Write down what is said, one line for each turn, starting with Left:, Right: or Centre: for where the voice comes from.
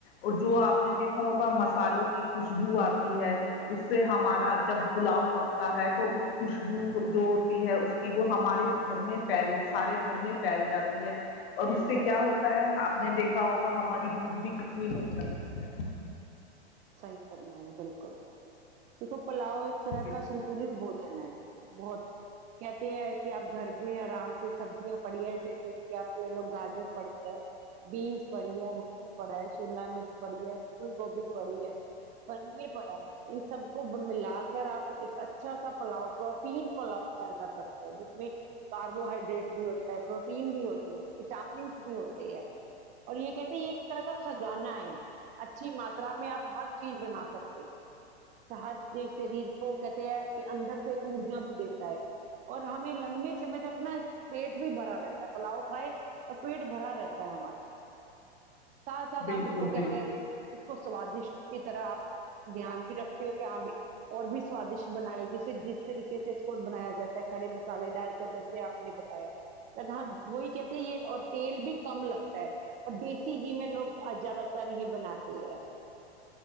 Left: اور جو آپ نے دیکھا ہوگا مسالوں کی خوشبو آتی ہے اس سے ہمارا جب پلاؤ پکتا ہے تو اس خوشبو جو ہوتی ہے اس کی وہ ہمارے گھر میں پھیل سارے گھر میں پھیل جاتی ہے اور
Right: پھیل
Left: اس سے
Right: جاتی
Left: کیا ہوتا ہے آپ نے دیکھا ہوگا ہماری بھوک بھی کتنی بڑھ جاتی ہے
Right: صحیح فرمایا بالکل دیکھو پلاؤ ایک طرح
Left: بجلی
Right: کا سنتولت بھو ہونا ہے بہت کہتے ہیں کہ آپ گھر میں آرام سے سبزیاں پڑی ہے جیسے کہ آپ کے لوگ گاجر پڑی ہے بینس پڑیے مٹر پڑا ہے شملہ مرچ پڑی ہے پھول گوبھی پڑا ہے ان سب کو ملا اگر آپ ایک اچھا سا پلاؤ پروٹین پلاؤ تیار کر سکتے ہیں جس میں کاربوہائیڈریٹ بھی ہوتا ہے پروٹین بھی ہوتے ہیں وٹامنس بھی ہوتے ہیں اور یے کہتے ہیں یے ایک طرح کا خزانہ ہے اچھی مات ترا میں آپ ہر چیز بنا سکتے ہیں ہر شریر کو کہتے ہیں کہ اندر سے ارجا بھی دیتا ہے اور ہمیں لمبے سمے تک نا پیٹ بھی بھرا رہتا ہے پلاؤ کھائے اور پیٹ بھرا رہتا ہے ہمارا ساتھ ساتھ
Left: بالکل
Right: آپ اس کو
Left: بالکل
Right: کہتے ہیں اس کو سوادشٹ کی طرح آپ دھیان بھی رکھتے ہو کہ ہمیں اور بھی سوادشٹ بنائے جسے جس طریقے سے کو بنایا جاتا ہے کھڑے مسالے ڈال کر جیسے آپ نے بتایا ہے وہی کہتے یے اور تیل بھی کم لگتا ہے اور دیسی گھی میں لوگ آج زیادہ تر ہی بناتے ہیں